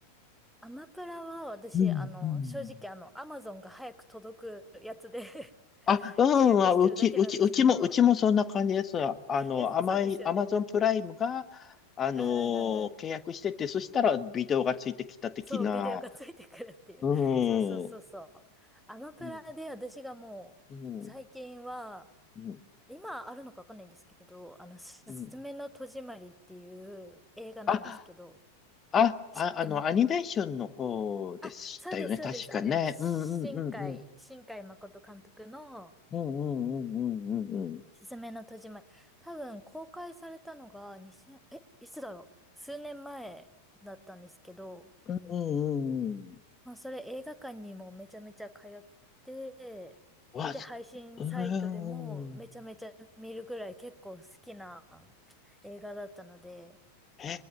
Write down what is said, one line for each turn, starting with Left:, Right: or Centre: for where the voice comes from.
Centre: アマプラは私、
Left: うん、
Centre: あの、
Left: うん。
Centre: 正直あの、アマゾンが早く届くやつで <laughs>
Left: あ、うん、
Centre: 契約してるだけなんですけど、
Left: あ、うち、うち、うちも、うちもそんな感じです。あの、
Centre: え、そうですよね。
Left: 甘い、アマゾンプライムが、あのー契約してて、
Centre: うんうんうんうん。
Left: そしたらビデオがついてきた的な。
Centre: そう、ビデオがついてくるっていう。
Left: うん、
Centre: そうそうそうそう。
Left: うん、
Centre: アマプラで私がもう、
Left: うん、
Centre: 最近は、
Left: うん。
Centre: 今あるのかわかんないんですけど、あの、すずめの戸締まりっていう映画なんですけど、
Left: うんあ、あ、
Centre: 知ってます
Left: あ、あの、アニメーションの方でしたよね、
Centre: あ、そうです、そうです。
Left: 確かね。
Centre: あの、新海、
Left: うん、うん、うん、うん、
Centre: 新海誠監督の、
Left: うん、うん、うん、うん、うん。
Centre: すすめの戸締まり。多分公開されたのが2000、え、いつだろう数年前だったんですけど、
Left: うんうんうんうん。
Centre: まあそれ映画館にもめちゃめちゃ通って、
Left: わ、
Centre: で、
Left: すうーん。
Centre: 配信サイトでもめちゃめちゃ見るぐらい結構好きな映画だったので、
Left: へ